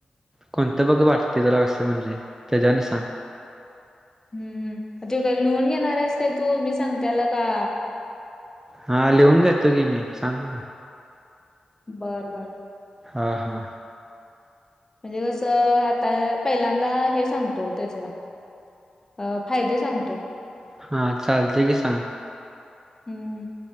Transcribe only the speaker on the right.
कोणत बघ वाटते असं म्हणजे त्याच्याने सांग.
हा लिहून घेतो की मी सांग.
हा हा.
हां चालते की सांग.